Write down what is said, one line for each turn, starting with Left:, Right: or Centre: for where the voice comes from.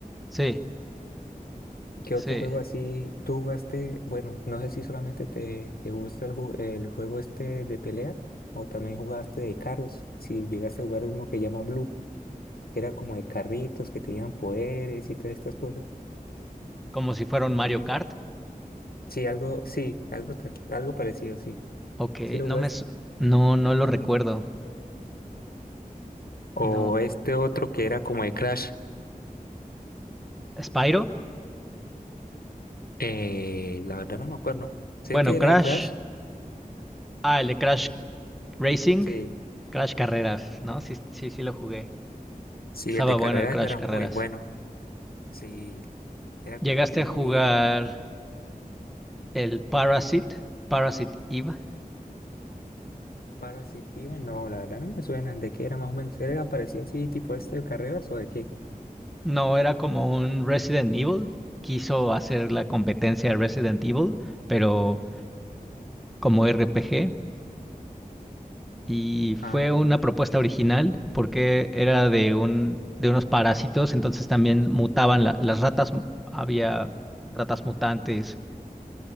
Centre: Sí,
Left: ¿Qué
Centre: sí.
Left: otro juego así tú jugaste? Bueno, no sé si solamente te, te gusta el, ju- el juego este de pelea o también jugaste de carros. Si llegaste a jugar uno que llama Blue, que era como de carritos que tenían poderes y todas estas cosas.
Centre: Como si fuera un Mario Kart.
Left: Sí, algo, sí, algo, te- algo parecido, sí.
Centre: Ok,
Left: ¿Sí lo
Centre: no
Left: jugaste?
Centre: me... No, no lo recuerdo.
Left: O
Centre: No.
Left: este otro que era como de Crash.
Centre: Spyro.
Left: Eh, la verdad no me acuerdo. Sé
Centre: Bueno,
Left: que
Centre: Crash.
Left: era de Crash.
Centre: Ah, el de Crash Racing.
Left: Sí.
Centre: Crash Carreras, ¿no? Sí, sí, sí lo jugué.
Left: Sí,
Centre: Estaba
Left: el de
Centre: bueno
Left: carreras
Centre: el Crash
Left: era
Centre: Carreras.
Left: muy bueno. Sí, era
Centre: ¿Llegaste
Left: como que muy...
Centre: a jugar el Parasite? Parasite Eve.
Left: Parasitivo, no, la verdad no me suena. ¿De qué era más o menos? ¿Era parecido así, tipo este de carreras o de qué?
Centre: No, era como un Resident Evil. Quiso hacer la competencia de Resident Evil, pero como RPG. Y fue
Left: Ah,
Centre: una
Left: no.
Centre: propuesta original porque era de un de unos parásitos, entonces también mutaban la- las ratas, había ratas mutantes,